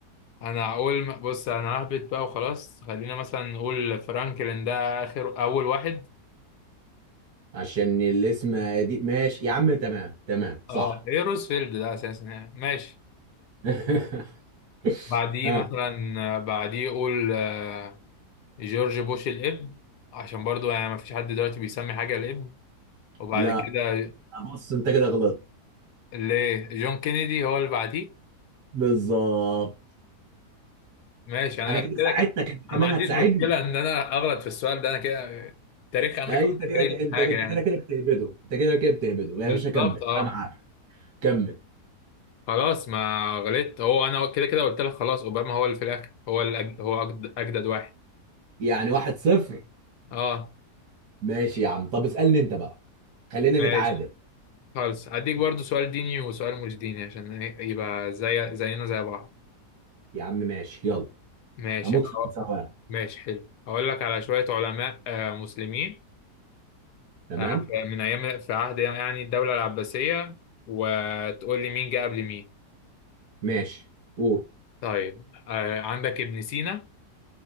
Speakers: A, on the left; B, on the right.
A: انا اقول م- بص انا ههبط بقى وخلاص خلينا مثلا نقول فرانكلين ده اخر اول واحد
B: عشان الاسم دي ماشي يا عم تمام تمام صح
A: اه ايه روزفلد ده اساسا يعني. ماشي
B: <laughs>
A: بعديه
B: اه
A: مثلا بعديه يقول آه، جورج بوش الابن عشان برضو يعني ما فيش حد دلوقتي بيسمي حاجة الابن وبعد
B: لا
A: كده
B: بص انت كده غلط
A: ليه جون كينيدي هو اللي بعديه
B: بالظبط
A: ماشي انا
B: انا كده
A: كده
B: ساعدتك
A: كده
B: انت
A: انا
B: كمان
A: ما عنديش
B: هتساعدني
A: مشكلة ان انا اغلط في السؤال ده انا كده تاريخ امريكا
B: اي
A: مش
B: انت
A: فاكر
B: كده انت
A: لي حاجة
B: انت
A: يعني
B: كده كده بتهبده انت كده كده بتهبده
A: بالظبط
B: يا باشا كمل
A: اه
B: انا معاك كمل
A: خلاص ما غلطت هو انا كده كده قلت لك خلاص اوباما هو اللي في الاخر هو اللي أج... هو أجد... اجدد واحد
B: يعني واحد صفر
A: اه
B: ماشي يا عم طب اسألني انت بقى خلينا
A: ماشي
B: نتعادل
A: خالص هديك برضو سؤال ديني وسؤال مش ديني عشان إيه- يبقى زي زينا زي بعض
B: يا عم ماشي يلا
A: ماشي
B: اموت
A: أه،
B: في المساواة
A: ماشي حلو هقول لك على شوية علماء آه، مسلمين
B: تمام
A: آه، في- من أيام في عهد يعني الدولة العباسية وتقول لي مين جه قبل مين
B: ماشي قول
A: طيب آه، عندك ابن سينا